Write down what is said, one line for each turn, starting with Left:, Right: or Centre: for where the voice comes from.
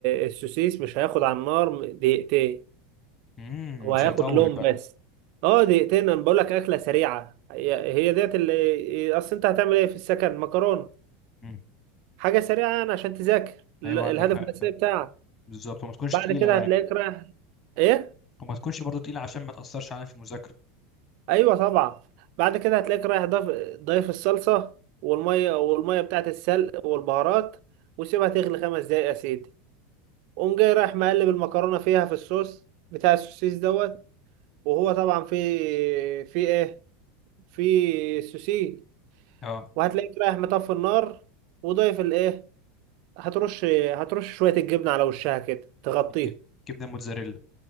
Right: السوسيس مش هياخد على النار دقيقتين
Left: امم
Right: هو
Left: مش
Right: هياخد
Left: هيطول
Right: لون
Left: بقى
Right: بس اه دقيقتين انا بقول لك اكله سريعه هي هي ديت اللي اصل انت هتعمل ايه في السكن مكرونه
Left: امم
Right: حاجه سريعه يعني عشان تذاكر ال-
Left: ايوه
Right: الهدف
Left: عندك حق
Right: الاساسي
Left: فاهم.
Right: بتاعك
Left: بالظبط وما تكونش
Right: بعد
Left: تقيلة
Right: كده
Left: يعني
Right: هتلاقيك رايح ايه
Left: وما تكونش برضو تقيلة عشان ما تأثرش علينا في المذاكرة
Right: ايوه طبعا بعد كده هتلاقيك رايح ضيف ضيف الصلصه والميه والميه بتاعت السلق والبهارات وسيبها تغلي خمس دقايق يا سيدي قوم جاي رايح مقلب المكرونه فيها في الصوص بتاع السوسيس دوت وهو طبعا في في ايه في سوسيس
Left: اه
Right: وهتلاقيك رايح مطفي النار وضيف الايه هترش هترش شويه الجبنه على وشها كده تغطيه
Left: الج- جبنه الموتزاريلا